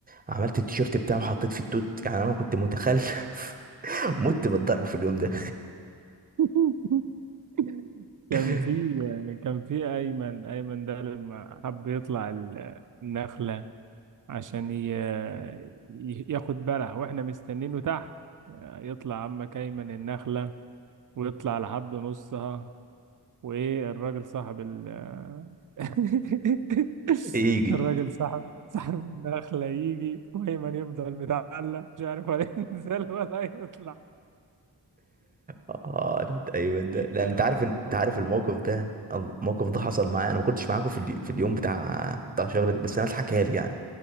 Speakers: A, on the right; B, on the right.
A: عملت التيشيرت بتاعي وحطيت فيه التوت يعني انا كنت متخلف <laughs> مت بالضرب في اليوم ده
B: <laughs> كان
A: <laughs>
B: في كان في أيمن أيمن ده لما حب يطلع ال- النخلة عشان ي... ي- ياخد بلح وإحنا مستنينه تحت يطلع عمك أيمن النخلة ويطلع لحد نصها وايه الراجل صاحب ال <laughs>
A: يجي
B: الراجل صاحب صاحب النخلة يجي وأيمن يفضل متعلق مش عارف ولا <laughs> ينزل ولا يطلع
A: اه ده ده- ايوه ده
B: أيام
A: لان انت عارف إن- انت
B: وحوارات
A: عارف الموقف ده الموقف ده حصل معايا انا ما كنتش معاكم في الي- في اليوم بتاع بتاع شجره بس انا اتحكى لي يعني